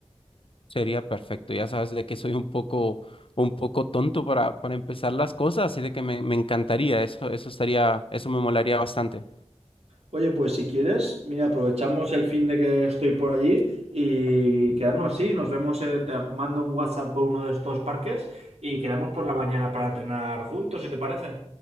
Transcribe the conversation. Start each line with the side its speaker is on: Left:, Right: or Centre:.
Left: Sería perfecto, ya sabes de que soy un poco, un poco tonto para, para empezar las cosas, así de que me, me encantaría, eso, eso estaría, eso me molaría bastante.
Right: Oye, pues si quieres, mira, aprovechamos el fin de que estoy por allí y quedamos así, nos vemos, eh, te mando un WhatsApp con uno de estos parques y quedamos por la mañana para entrenar juntos, si te parece.